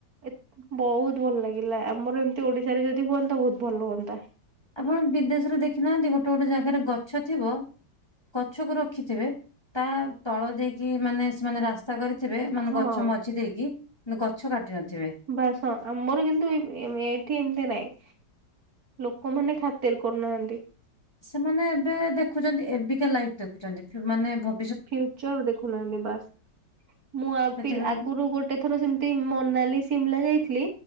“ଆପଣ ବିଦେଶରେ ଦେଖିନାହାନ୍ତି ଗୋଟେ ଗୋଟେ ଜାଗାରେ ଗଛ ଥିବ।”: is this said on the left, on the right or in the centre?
Left